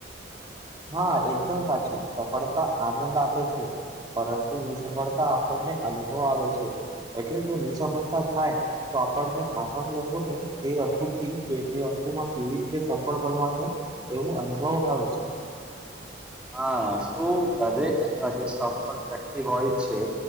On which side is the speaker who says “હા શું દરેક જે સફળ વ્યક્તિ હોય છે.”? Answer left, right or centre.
Centre